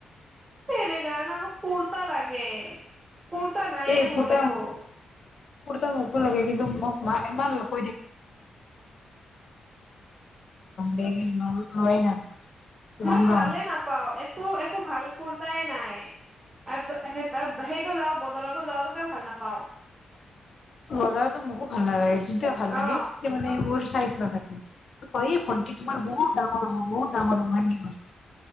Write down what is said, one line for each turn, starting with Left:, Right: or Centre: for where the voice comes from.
Right: তেৰে জানানে মোক কুৰ্তা লাগে। কুৰ্তা নাইয়ে
Left: এই
Right: মোৰ
Left: কুৰ্তা,
Right: একো
Left: কুৰ্তা মোকো লাগে। কিন্তু মোক মাই ইমান <unintelligible> লম দে, <unintelligible>
Right: মই
Left: লম লম।
Right: ভালে নাপাও একো একো ভাল কুৰ্তাই নাই আৰু সেইটো যাওঁ বজাৰতো যাওঁ তাতেও ভাল নাপাওঁ।
Left: বজাৰতো মোকো ভাল নালাগে, যোনটো ভাল লাগে
Right: অ
Left: সেইটো মানে মোৰ চাইজ নাথাকে। <unintelligible> তোমাৰ বহুত ডাঙৰ হব বহুত ডাঙৰ।